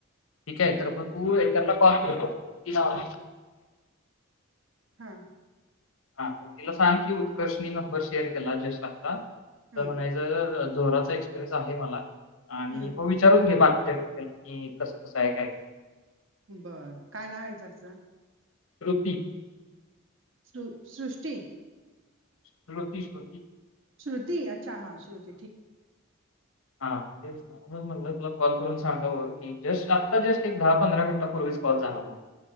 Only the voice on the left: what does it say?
ठीकाय, तर मग तू एकदा ना कॉल तर कर <unintelligible>
हा, तर तिला सांग की, उत्कर्षनी नंबर शेअर केला जस्ट आत्ता.
तर म्हणाय तरं, झोराचा एक्स्पेरियन्स आहे मला आणि
भविष्या विचारून घे <unintelligible> कि कसं -कसं आहे काय - काय?
रुती
श्रुती, श्रुती
हा तेच म - म्हणून म्हनलं तुला कॉल करून सांगावं की, जस्ट आता जस्ट, एक दहा - पंधरा मिनिटांपूर्वीच कॉल झाला माझा.